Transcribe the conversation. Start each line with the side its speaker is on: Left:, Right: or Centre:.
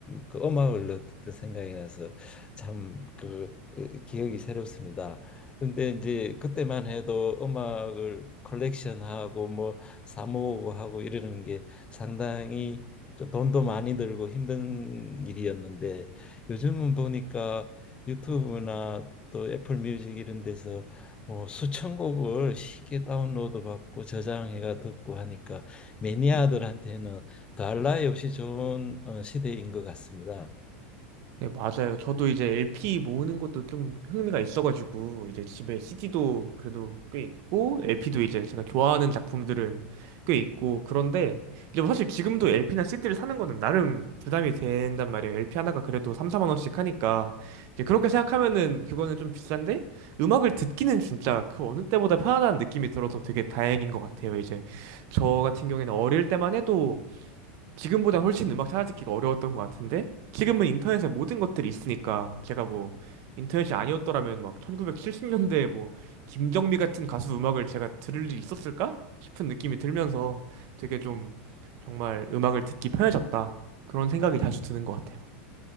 Left: 그 음악을 넣었던 생각이 나서 참그 어, 기억이 새롭습니다. 근데 이제 그때만 해도 음악을 컬렉션하고 뭐 사모으고 하고 이러는 게 상당히 좀 돈도 많이 들고 힘든 일이었는데 요즘은 보니까 유튜브나 또 애플 뮤직 이런 데서 뭐 수천 곡을 쉽게 다운로드 받고 저장해가 듣고 하니까 매니아들한테는 더할 나위 없이 좋은 어, 시대인 것 같습니다.
Right: 네, 맞아요. 저도 이제 LP 모으는 것도 좀 흥미가 있어가지고, 이제 집에 CD도 그래도 꽤 있고, LP도 이제 제가 좋아하는 작품들은 꽤 있고, 그런데, 이제 뭐 사실 지금도 LP나 CD를 사는 거는 나름 부담이 된단 말이에요. LP 하나가 그래도 3, 4만 원씩 하니까. 이제 그렇게 생각하면은 그거는 좀 비싼데, 음악을 듣기는 진짜 그 어느 때보다 편하다는 느낌이 들어서 되게 다행인 것 같아요. 이제 저 같은 경우에는 어릴 때만 해도, 지금보다 훨씬 음악 찾아듣기가 어려웠던 것 같은데 지금은 인터넷에 모든 것들이 있으니까 제가 뭐 인터넷이 아니었더라면 막 1970년대에 뭐 김정미 같은 가수 음악을 제가 들을 일이 있었을까 싶은 느낌이 들면서 되게 좀 정말 음악을 듣기 편해졌다 그런 생각이 자주 드는 것 같아요.